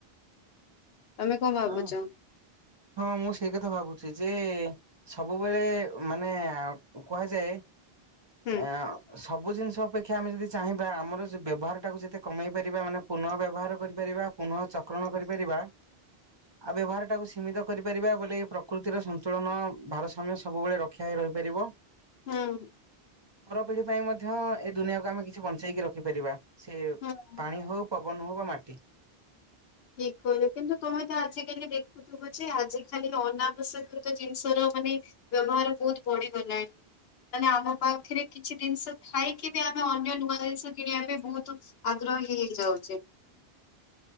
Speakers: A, on the left; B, on the right.
A: ତମେ କଣ ଭାବୁଛ?
B: ହଁ ହଁ ମୁଁ ସେଇ କଥା ଭାବୁଛି ଯେ ସବୁବେଳେ ମାନେ କୁହାଯାଏ
A: ହୁଁ
B: ଆଁ ସ ସବୁ ଜିନିଷ ଅପେକ୍ଷା ଆମେ ଯଦି ଚାହିଁବା ଆମର ଯ ବ୍ୟବହାର ଟାକୁ ଯେତେ କମେଇ ପାରିବା ମାନେ ପୁନଃ ବ୍ୟବହାର କରିପାରିବା ପୁନଃ ଚକ୍ରଣ କରିପାରିବା ଆଉ ବ୍ୟବହାର ଟାକୁ ସୀମିତ କରିପାରିବା ବୋଇଲେ ଏ ପ୍ରକୃତିର ସନ୍ତୁଳନ ଭାରସାମ୍ୟ ସବୁବେଳେ ରକ୍ଷା ହେଇ ରହିପାରିବ।
A: ହୁଁ।
B: ପର ପିଢି ପାଇଁ ମଧ୍ୟ ଏ ଦୁନିଆକୁ ଆମେ କିଛି ବଞ୍ଚେଇକି ରଖିପାରିବା। ସେ
A: ହୁଁ।
B: ପାଣି ହଉ ପବନ ହଉ ବା ମାଟି।
A: ଠିକ କହିଲେ କିନ୍ତୁ ତମେ ତ ଆଜିକାଲି ଦେଖୁଥିବ ଯେ ଆଜିିକାଲି ଅନାବଶ୍ୟକ ତ ଜିନିଷ ର ମାନେ ବ୍ୟବହାର ବହୁତ ବଢିଗଲାଣି ମାନେ ଆମ ପାଖରେ କିଛି ଜିନିଷ ଥାଇକି ବି ଆମେ ଅନ୍ୟ ନୂଆ ଜିନିଷ କିଣିଆ ପାଇଁ ବହୁତ ଆଗ୍ରହୀ ହେଇଯାଉଛେ।